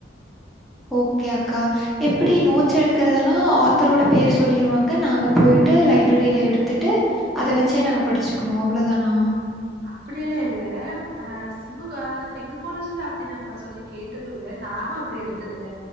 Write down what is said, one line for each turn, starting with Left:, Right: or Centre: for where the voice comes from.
Centre: ஓகே அக்கா எப்டி நோட்ஸ் எடுக்கறதல்லா ஆத்தரோட பேர் சொல்லிருவாங்க நாங்க போய்ட்டு லைப்ரரில எடுத்துட்டு அத வச்சே நாங்க படுச்சுக்கணு அவ்ளோதானா
Right: அப்படியெல்லா இல்ல ஆ சுமுகா எங்க காலேஜ்ல அப்டி தாப்பா சொல்லி கேட்டது இல்ல நானு அப்டி எடுத்ததில்ல